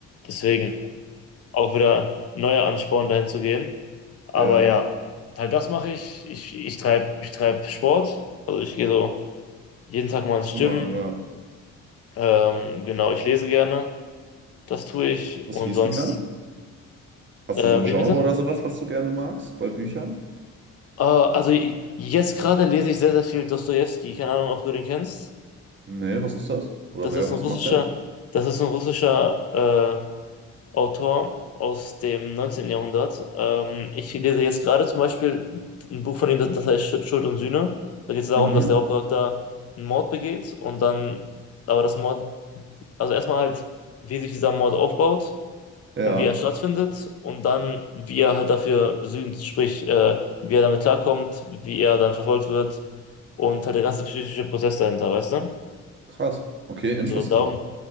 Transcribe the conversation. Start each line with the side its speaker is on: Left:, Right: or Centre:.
Left: Deswegen auch wieder neuer Ansporn, dahin zu gehen. Aber
Right: Ja,
Left: ja, halt das mache ich. Ich, ich treibe ich treib Sport. Also ich gehe so jeden Tag mal ins
Right: nochmal,
Left: Gym.
Right: ja.
Left: Ähm, genau, ich lese gerne. Das tue ich.
Right: Was
Left: Und
Right: liest
Left: sonst,
Right: du gerne? Hast
Left: äh,
Right: du so ein
Left: wie
Right: Genre
Left: bitte?
Right: oder sowas, was du gerne magst bei Büchern?
Left: Äh, also j- jetzt gerade lese ich sehr, sehr viel Dostojewski. Keine Ahnung, ob du den kennst.
Right: Nee, was ist das? Oder
Left: Das
Right: wer,
Left: ist
Right: was
Left: ein russischer,
Right: macht der?
Left: das ist ein russischer, äh, Autor aus dem 19. Jahrhundert. Ähm, ich lese jetzt gerade zum Beispiel ein Buch von ihm, das das heißt Sch- Schuld und Sühne. Da geht es darum,
Right: Mhm.
Left: dass der Hauptcharakter einen Mord begeht und dann, aber das Mord, also erstmal halt, wie sich dieser Mord aufbaut
Right: Ja,
Left: und wie er stattfindet und dann, wie er halt dafür sühnt, sprich, äh, wie er damit klarkommt, wie er dann verfolgt wird und halt der ganze psychische Prozess dahinter, weißt du?
Right: krass. Okay, interesting.
Left: So, darum,